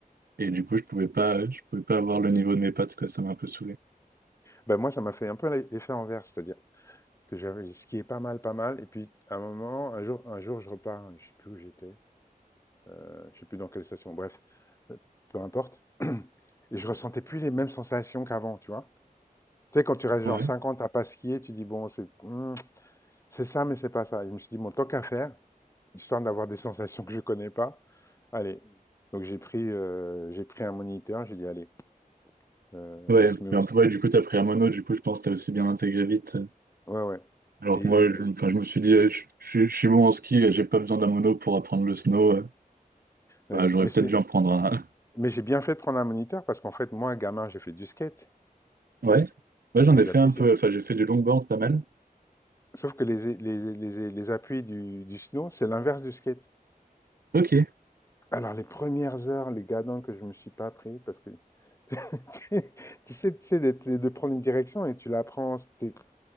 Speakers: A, on the right; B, on the left.
A: Et du coup, je pouvais pas, je pouvais pas avoir le niveau de mes potes, quoi. Ça m'a un peu saoulé.
B: Bah, moi, ça m'a fait un peu l'effet envers, c'est-à-dire que j'avais skié pas mal, pas mal. Et puis, à un moment, un jour, un jour je repars, je sais plus où j'étais, euh, je sais plus dans quelle station, bref, euh, peu importe. Et je ressentais plus les mêmes sensations qu'avant, tu vois. Tu sais, quand tu restes
A: Ouais.
B: genre 50 à pas skier, tu dis, bon, c'est hmm, c'est ça, mais c'est pas ça. Et je me suis dit, bon, tant qu'à faire, histoire d'avoir des sensations que je connais pas, allez. Donc, j'ai pris, euh, j'ai pris un moniteur, j'ai dit, allez, euh,
A: Ouais.
B: on se met au...
A: Mais un peu, ouais, du coup, t'as pris un mono, du coup, je pense que t'as aussi bien intégré vite.
B: Ouais, ouais.
A: Alors
B: Et,
A: que moi,
B: et-
A: je, enfin, je me suis dit, euh, je, je- je suis bon en ski, euh, j'ai pas besoin d'un mono pour apprendre le snow. euh,
B: ouais.
A: Bah, j'aurais
B: Mais,
A: peut-être
B: c'était-
A: dû en prendre un. <laughs>
B: mais j'ai bien fait de prendre un moniteur parce qu'en fait, moi, gamin, j'ai fait du skate.
A: Ouais, ouais, j'en
B: Et les
A: ai fait
B: appuis,
A: un
B: c'est...
A: peu. Enfin, j'ai fait du longboard pas mal.
B: Sauf que les, les, les, les appuis du, du snow, c'est l'inverse du skate.
A: Ok.
B: Alors, les premières heures, le gadon que je me suis pas pris, parce que <laughs> tu sais, tu sais de, de prendre une direction et tu la prends, t'es-